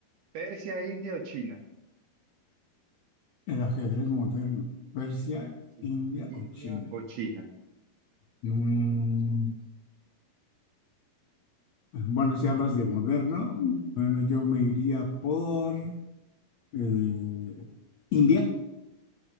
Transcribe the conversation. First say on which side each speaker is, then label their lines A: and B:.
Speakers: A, on the right; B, on the left.
A: ¿Persia, India o China?
B: El ajedrez moderno, Persia,
A: Sí.
B: India
A: India
B: o China.
A: o China.
B: Mm, bueno, si hablas de moderno, bueno, yo me iría por eh, India.